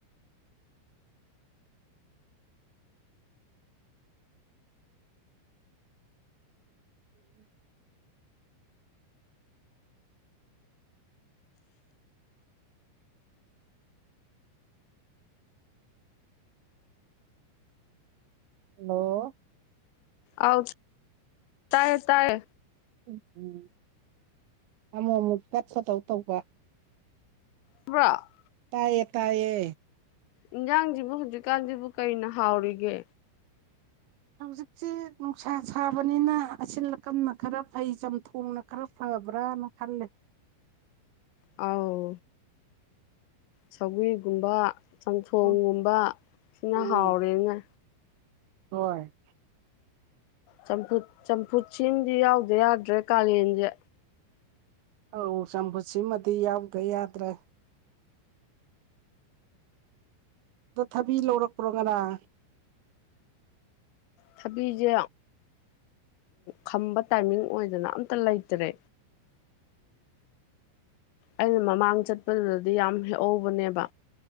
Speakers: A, on the right; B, on the left.
A: <unintelligible> ꯍꯜꯂꯣ
B: ꯑꯥꯎ ꯇꯥꯏꯌꯦ ꯇꯥꯏꯌꯦ
A: ꯎꯝ ꯎꯝ ꯑꯃꯨꯛ ꯑꯃꯨꯛ ꯇꯠꯄꯗꯧ ꯇꯧꯕ
B: <unintelligible>
A: ꯇꯥꯏꯌꯦ ꯇꯥꯏꯌꯦ
B: ꯏꯟꯁꯥꯡꯁꯤꯕꯨ ꯍꯧꯖꯤꯛꯀꯥꯟꯁꯤꯕꯨ ꯀꯩꯅ ꯍꯥꯎꯔꯤꯒꯦ
A: ꯍꯧꯖꯤꯛꯁꯦ ꯅꯨꯡꯁꯥ ꯁꯥꯕꯅꯤꯅ ꯑꯁꯤꯜ ꯑꯀꯝꯅ ꯈꯔ ꯐꯩ ꯆꯝꯊꯣꯡꯅ ꯈꯔ ꯐꯕꯔꯅ ꯈꯜꯂꯦ
B: ꯑꯥꯎ ꯁꯧꯒ꯭ꯔꯤꯒꯨꯝꯕ ꯆꯝꯊꯣꯡꯒꯨꯝꯕ
A: ꯎꯝ
B: ꯁꯤꯅ
A: ꯎꯝ
B: ꯍꯥꯎꯔꯦꯅꯦ
A: ꯍꯣꯏ
B: ꯆꯝꯐꯨꯠ ꯆꯝꯐꯨꯠ ꯁꯤꯝꯗꯤ ꯌꯥꯎꯗ ꯌꯥꯗ꯭ꯔꯦ ꯀꯥꯂꯦꯟꯁꯦ
A: ꯑꯧ ꯆꯝꯐꯨꯠꯁꯤꯃꯗꯤ ꯌꯥꯎꯗ ꯌꯥꯗ꯭ꯔꯦ ꯑꯗꯣ ꯊꯥꯕꯤ ꯂꯧꯔꯛꯄ꯭ꯔꯣ ꯉꯔꯥꯡ
B: ꯊꯕꯤꯖꯦ ꯈꯝꯕ ꯇꯥꯏꯃꯤꯡ ꯑꯣꯏꯗꯅ ꯑꯝꯇ ꯂꯩꯇ꯭ꯔꯦ ꯑꯩꯅ ꯃꯃꯥꯡ ꯆꯠꯄꯗꯨꯗꯗꯤ ꯌꯥꯝ ꯍꯦꯛꯍꯧꯕꯅꯦꯕ